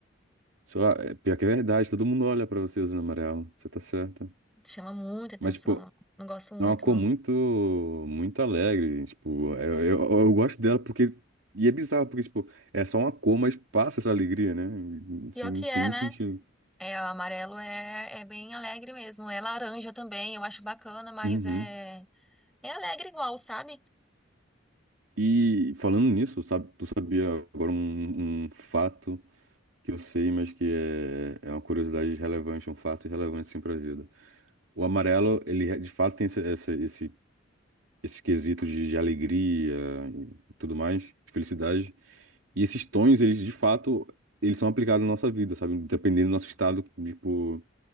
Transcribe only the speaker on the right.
Sei lá, é pior que é verdade, todo mundo olha pra você usando amarelo. Você tá certa.
Mas, tipo,
é uma cor
muito. Muito alegre. Tipo, eu, eu, eu gosto dela porque. E é bizarro, porque, tipo, é só uma cor, mas passa essa alegria, né? Isso
não
tem
nem
sentido.
Uhum.
E falando nisso, sabe, tu sabia agora um, um fato que eu sei, mas que é, é uma curiosidade relevante, é um fato relevante sim para a vida. O amarelo, ele é- de fato tem esse, essa- esse, esse quesito de, de alegria e tudo mais, de felicidade. E esses tons, eles de fato, eles são aplicados na nossa vida, sabe? Dependendo do nosso estado, tipo.